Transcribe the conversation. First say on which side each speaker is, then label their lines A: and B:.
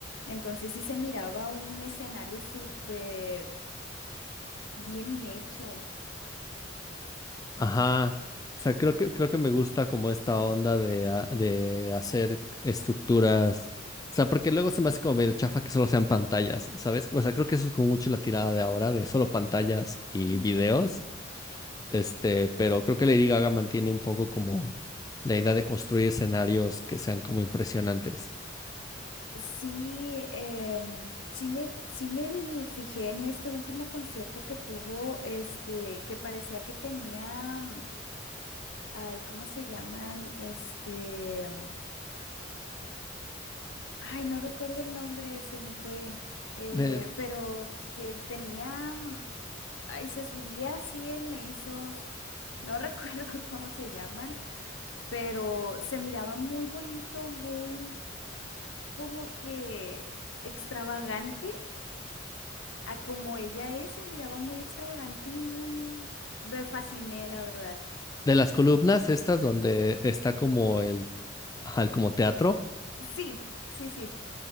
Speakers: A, on the left (about 80°); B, on the left (about 20°).
A: Entonces sí se miraba un escenario súper bien hecho.
B: Ajá. O sea, creo que, creo que me gusta como esta onda de, ha- de hacer estructuras. O sea, porque luego se me hace como medio chafa que solo sean pantallas, ¿sabes? O sea, creo que eso es como mucho la tirada de ahora, de solo pantallas y
A: Ujú.
B: videos. Este, pero creo que Lady Gaga mantiene un poco como la idea de construir escenarios que sean como impresionantes.
A: Sí, em, sí me, sí me vi- fijé en este último concierto que tuvo, este, que parecía que tenía, mm, ay, ¿cómo se llaman? Este, mm, ay, no recuerdo el nombre, se me fue, eh,
B: De,
A: pero que tenía, mm, ay, se subía así en esos, no <laughs> recuerdo cómo se llaman, pero se miraba muy bonito, muy como que extravagante. A como ella es, se miraba muy extravagante y muy... Me fasciné, la verdad.
B: de las columnas estas donde está como el, ajá, el como teatro,
A: Sí, sí, sí.